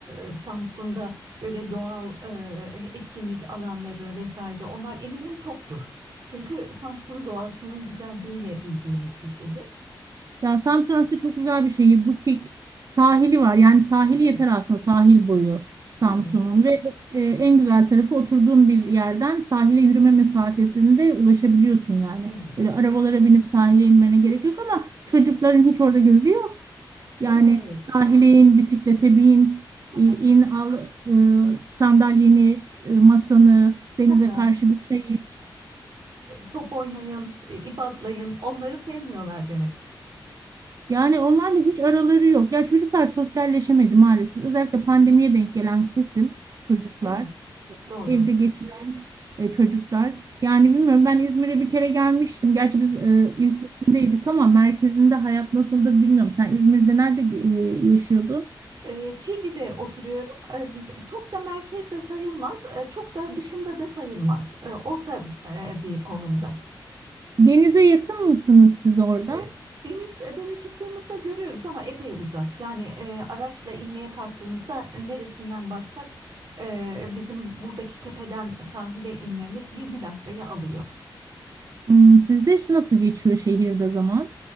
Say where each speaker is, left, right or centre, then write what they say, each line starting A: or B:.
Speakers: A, on the right (about 60°); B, on the right (about 45°).
A: e, Samsun'da böyle doğal e, etkinlik alanları vesaire onlar eminim çoktur. Çünkü Samsun doğasının güzelliğiyle bildiğimiz bir şehir.
B: Ya Samsun aslında çok güzel bir şehir. Butik, sahili var. Yani sahili
A: Evet.
B: yeter aslında sahil boyu Samsun'un
A: Ha, ha,
B: ve e, en güzel tarafı oturduğun bir yerden sahile yürüme mesafesinde ulaşabiliyorsun yani.
A: evet,
B: Böyle arabalara binip sahile inmene gerek yok ama çocukların hiç orada gözü yok. Yani
A: evet.
B: sahile in, bisiklete bin,
A: Ha,
B: i-
A: ha,
B: in al e, sandalyeni, e, masanı, denize
A: ha, ha.
B: karşı bir çay
A: Top oynayın, e, ip atlayın. Onları sevmiyorlar demek.
B: Yani onlarla hiç araları yok. Ya çocuklar sosyalleşemedi maalesef. Özellikle pandemiye denk gelen kesim çocuklar,
A: Evet, doğru.
B: evde geçiren e, çocuklar. Yani bilmiyorum ben İzmir'e bir kere gelmiştim. Gerçi biz e, ilçesindeydik ama merkezinde hayat nasıldır bilmiyorum. Sen İzmir'de nerede e, yaşıyordun?
A: E, Çilli'de oturuyorum. E, çok da merkezde sayılmaz, e, çok da dışında da sayılmaz. E, orta e, bir konumda.
B: Denize yakın mısınız siz orada?
A: E, Deniz e, böyle çıktığımızda görüyoruz ama epey uzak. Yani e, araçla inmeye kalktığımızda neresinden baksak e, bizim buradaki tepeden sahile inmemiz 20 dakikayı alıyor.
B: Hmm, sizde nasıl geçiyor şehirde zaman?